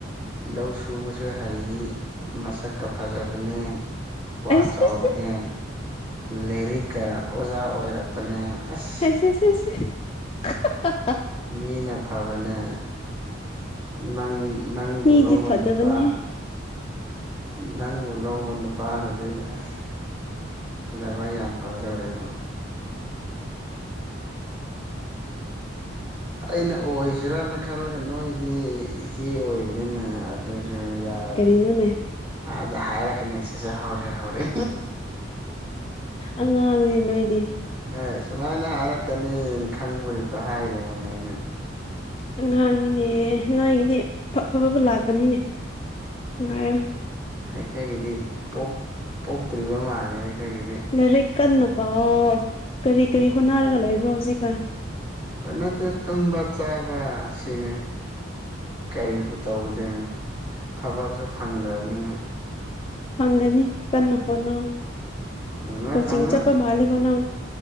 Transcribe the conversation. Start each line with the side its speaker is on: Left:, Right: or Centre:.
Right: ꯂꯧ ꯁꯨꯕꯁꯨ ꯍꯩ ꯃꯁꯛꯀ ꯐꯖꯕꯅꯦ ꯋꯥ
Left: ꯑꯁ
Right: ꯆꯥꯎꯕꯅꯦ ꯂꯥꯏꯔꯤꯛꯀ ꯑꯣꯖꯥ ꯑꯣꯏꯔꯛꯄꯅꯦ ꯑꯁ
Left: ꯁꯦꯁꯦꯁꯦ ꯍꯥ
Right: ꯃꯤꯅ ꯐꯕꯅꯦ ꯅꯪ ꯅꯪꯕꯨ
Left: ꯃꯤꯗꯤ
Right: ꯂꯧꯕ
Left: ꯐꯠꯇꯕꯅꯤꯍꯦ
Right: ꯅꯨꯄꯥ ꯅꯪꯕꯨ ꯂꯧꯕ ꯅꯨꯄꯥꯗꯗꯤ ꯑꯁ ꯂꯕꯥꯛ ꯌꯥꯝ ꯐꯒꯗꯧꯔꯦꯕ ꯑꯩꯅ ꯑꯣꯏꯁꯤꯔꯅ ꯈꯜꯂꯒ ꯅꯣꯏꯗꯤ ꯆꯦ ꯑꯣꯏꯕꯅꯤꯅ ꯑꯗꯨꯁꯨ ꯌꯥꯔ
Left: ꯗꯨꯅꯦ
Right: ꯑꯗ ꯍꯥꯏꯔꯛꯀꯅꯦꯁꯦꯁꯦ ꯍꯧꯔꯦ ꯍꯧꯔꯤ
Left: ꯑꯉꯥꯡꯅꯦ ꯅꯣꯏꯗꯤ
Right: ꯑꯦ ꯁꯨꯃꯥꯏꯅ ꯍꯥꯏꯔꯛꯀꯅꯤꯅ ꯈꯪꯕꯒꯤꯀꯣ ꯍꯥꯏꯗꯕꯅꯦ ꯑꯩꯅ
Left: ꯑꯉꯥꯡꯒꯤꯅꯦ ꯅꯥꯏꯒꯤꯗꯤꯐꯕꯕ ꯂꯥꯛꯀꯅꯤꯅꯦ ꯉꯥꯏꯌꯣ
Right: ꯑꯩꯈꯣꯏꯒꯤꯗꯤ ꯄꯣꯛ ꯄꯣꯛꯇ꯭ꯔꯤꯕ ꯃꯥꯜꯂꯦ ꯑꯩꯈꯣꯏꯒꯤꯗꯤ
Left: ꯂꯥꯏꯔꯤꯛ ꯀꯟꯅ ꯄꯥꯑꯣ ꯀꯔꯤ ꯀꯔꯤ ꯍꯣꯠꯅꯔꯒ ꯂꯩꯕ꯭ꯔꯣ ꯍꯧꯖꯤꯛꯀꯥꯟ
Right: ꯅꯗꯤ ꯇꯨꯝꯕ ꯆꯥꯕ ꯑꯁꯤꯅꯤ ꯀꯔꯤꯕꯨ ꯇꯧꯗꯣꯏꯅꯣ ꯊꯕꯛꯁꯨ ꯐꯪꯗꯕꯅꯤꯅ
Left: ꯐꯪꯒꯅꯤ ꯀꯟꯅ ꯍꯣꯠꯅꯧ
Right: ꯐꯪꯉꯣꯏ
Left: ꯀꯣꯆꯤꯡ
Right: ꯐꯪꯉꯣꯏ
Left: ꯆꯠꯄ ꯃꯥꯜꯂꯤꯕꯣ ꯅꯪ